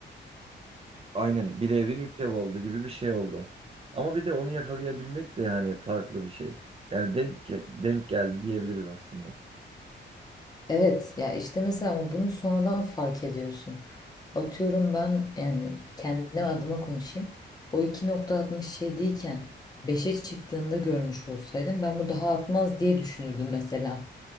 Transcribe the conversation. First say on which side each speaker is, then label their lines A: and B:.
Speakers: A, on the right; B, on the left.
A: aynen bir evin 3 ev oldu gibi bir şey oldu. Ama bir de onu yakalayabilmek de yani farklı bir şey. Yani denk ge- denk geldi diyebiliriz aslında.
B: Evet ya işte mesela bunu sonradan fark ediyorsun. Atıyorum ben yani kendim adıma konuşayım. O 2.67 iken beşe çıktığında görmüş olsaydım ben bu daha artmaz diye düşünürdüm mesela.